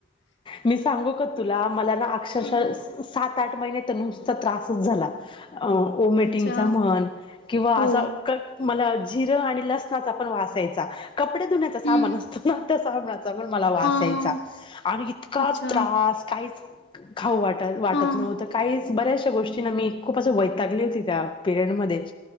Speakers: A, on the left; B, on the left.
A: मी सांगू का तुला, मला ना अक्षरशः
B: हं,
A: सात-आठ महिने तर नुसता त्रासच झाला. अ ओमेटिंगचा
B: अच्छा
A: म्हण किंवा
B: हो
A: असं मला जिरं आणि लसणाचा पण वास यायचा, कपडे धुण्याचा साबन
B: हम्म
A: असतो ना, त्या साबनाचा पण मला वास
B: हां
A: यायचा आणि इतका
B: अच्छा
A: त्रास काहीच खाऊ वाट वाटत
B: हां
A: नव्हतं, काहीच बऱ्याच शा गोष्टींना मी खूप अशी वैतागली होती, त्या पिरियड मध्ये